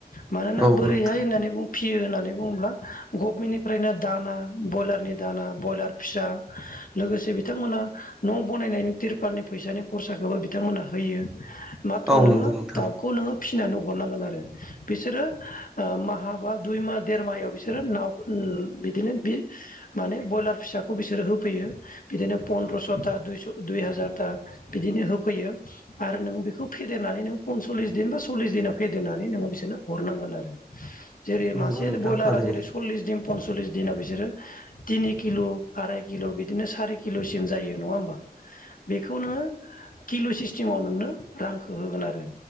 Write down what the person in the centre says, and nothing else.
औ
नोंथां
औ
नंगौ नोंथां
नंगौ
नोंथां
थारैनो